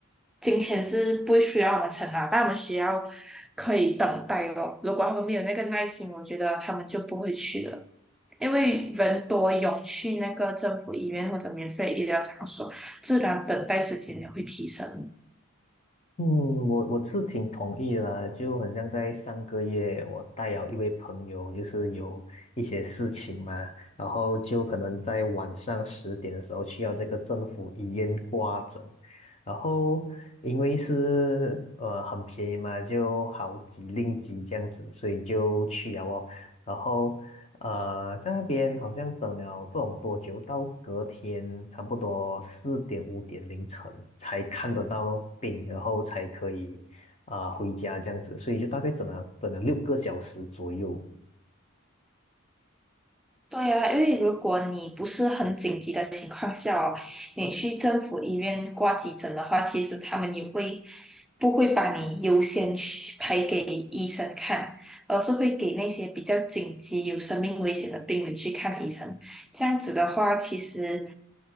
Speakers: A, in the centre; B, on the left.
A: 金钱是不需要我们承担，但我们需要可以等待咯。如果他们没有那个耐心，我觉得他们就不会去了。因为人多涌去那个政府医院或者免费医疗场所，自然等待时间也会提升。
B: 嗯，我我是挺同意啦，就很像在上个月，我带了一位朋友，就是有一些事情嘛，然后就可能在晚上十点的时候去要这个政府医院挂诊，然后因为是呃很便宜嘛，就好几令几这样子，所以就去了哦。然后呃，在那边好像等了不懂多久，到隔天差不多四点五点凌晨才看得到病，然后才可以啊、回家这样子，所以就大概等了等了六个小时左右。
A: 对啊，因为如果你不是很紧急的情况下哦，你去政府医院挂急诊的话，其实他们也会不会把你优先去排给医生看，而是会给那些比较紧急、有生命危险的病人去看医生。这样子的话，其实